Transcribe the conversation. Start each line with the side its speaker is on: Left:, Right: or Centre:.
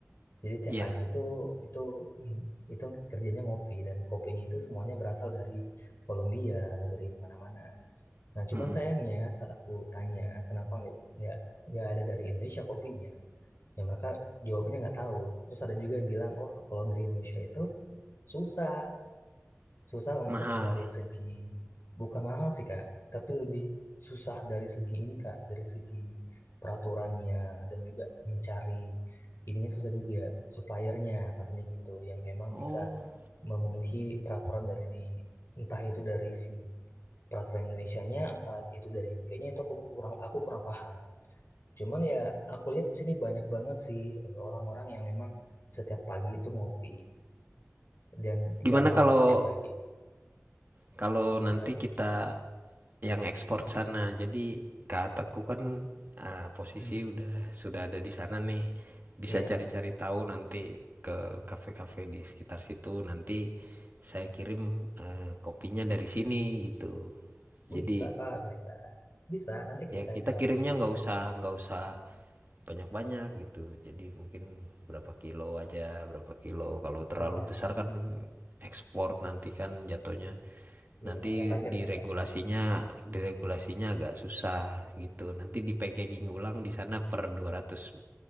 Left: Jadi tiap
Right: iya,
Left: pagi itu itu mm, itu kerjanya ngopi dan kopinya itu semuanya berasal dari Kolombia atau dari mana-mana. Nah, cuman
Right: Mm.
Left: sayangnya saat aku tanya kenapa nggak nggak nggak ada dari Indonesia kopinya, ya mereka jawabnya nggak tahu. Terus ada juga yang bilang, wah kalau dari Indonesia itu susah susah untuk
Right: mahal.
Left: dari segi bukan mahal sih Kak, tapi lebih susah dari segi ini Kak, dari segi peraturannya dan juga mencari ininya susah juga suppliernya katanya gitu yang memang
Right: Oh,
Left: bisa memenuhi peraturan dari di entah itu dari si peraturan Indonesianya, entah itu dari UK-nya itu aku kurang aku kurang paham. Cuman ya aku lihat sini banyak banget sih eh, orang-orang yang memang setiap pagi itu ngopi dan
Right: gimana
Left: jangankan
Right: kalau
Left: setiap pagi.
Right: kalau nanti
Left: Ya,
Right: kita yang ekspor sana jadi kak Teku kan ah, posisi
Left: mm.
Right: udah sudah ada di sana nih bisa
Left: Ya,
Right: cari-cari tahu nanti ke kafe-kafe di sekitar situ nanti saya kirim eh, kopinya dari sini gitu jadi
Left: bisa Kak, bisa. Bisa, nanti kita
Right: ya kita
Left: carikan.
Right: kirimnya nggak usah nggak usah banyak-banyak gitu jadi mungkin berapa kilo aja berapa kilo kalau terlalu
Left: Ya,
Right: besar kan ekspor nanti kan jatuhnya
Left: iya,
Right: nanti
Left: ada pajaknya
Right: diregulasinya
Left: Kak.
Right: diregulasinya agak susah gitu nanti di packaging ulang di sana per 200